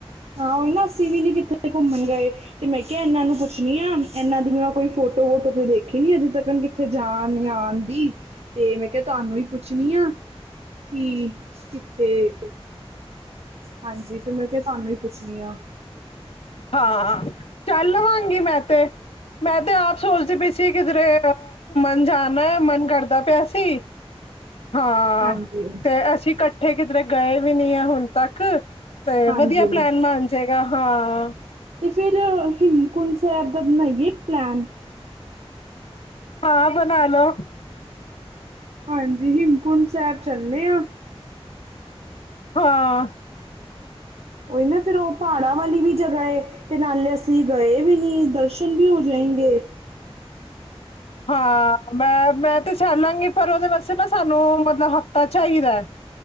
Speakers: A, on the right; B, on the left.
A: ਹਾਂ ੳਹੀ ਨਾ ਅਸੀ ਵੀ ਨੀ ਕਿੱਥੇ ਘੁੰਮਣ ਗਏ। ਤੇ ਮੈਂ ਕਿਹਾ ਏਨਾਂ ਨੂੰ ਪੁੱਛਨੀ ਆ ਏਨਾਂ ਦੀ ਮੈਂ ਕੋਈ ਫੋਟੋ ਵੋਟੋ ਤੇ ਦੇਖੀ ਨੀ ਅਜੇ ਤੱਕਣ ਕਿਥੇ ਕਿਥੇ ਜਾਨ ਤਾਂ ਆਨ ਦੀ, ਤੇ ਮੈਂ ਕਿਹਾ ਤੁਹਾਨੂੰ ਈ ਪੁੱਛਨੀ ਆ ਕੀ ਕਿੱਥੇ ਹਾਂਜੀ ਫੇਰ ਮੈਂ ਕਿਹਾ, ਤੁਹਾਨੂੰ ਈ ਪੁੱਛਨੀ ਆ।
B: ਹਾਂ ਚੱਲ ਲਵਾਂਗੀ ਮੈਂ ਤੇ, ਮੈਂ ਤੇ ਆਪ ਸੋਚਦੀ ਪਈ ਸੀ ਕਿਧਰੇ ਮਨ ਜਾਣਾ, ਮਨ ਕਰਦਾ ਪਿਆ ਸੀ। ਹਾਂ
A: ਹਾਂਜੀ
B: ਤੇ ਅਸੀਂ ਇਕੱਠੇ ਕਿਧਰੇ ਗਏ ਵੀ ਨਹੀਂ ਹੈ ਹੁਣ ਤੱਕ। ਤੇ
A: ਹਾਂਜੀ
B: ਵਧੀਆ ਪਲੈਨ ਬਣ ਜਾਏਗਾ ਹਾਂ।
A: ਅਤੇ ਫਿਰ ਹਿਮਕੁੰਡ ਸਾਹਿਬ ਦਾ ਬਣਾਈਏ ਪਲੈਨ?
B: ਹਾਂ ਬਣਾ ਲੋ।
A: ਹਾਂਜੀ ਹਿਮਕੁੰਟ ਸਾਹਿਬ ਚੱਲੇ ਆਂ।
B: ਹਾਂ।
A: ਉਹੀ ਨਾ ਫੇਿਰ ਉਹ ਪਹਾੜਾਂ ਵਾਲੀ ਵੀ ਜਗ੍ਹਾ ਹੈਏ ਤੇ ਨਾਲੇ ਅਸੀਂ ਗਏ ਵੀ ਨੀ। ਦਰਸ਼ਨ <unintelligible> ਵੀ ਹੋ ਜਾਏ ਗੇ।
B: ਹਾਂ ਮੈਂ-ਮੈਂ ਤੇ ਚੱਲਲਾਂਗੀ ਪਰ ਉਹਦੇ ਵਾਸਤੇ ਨਾ ਸਾਨੂੰ ਮਤਲਬ ਹਫ਼ਤਾ ਚਾਹੀਦਾ।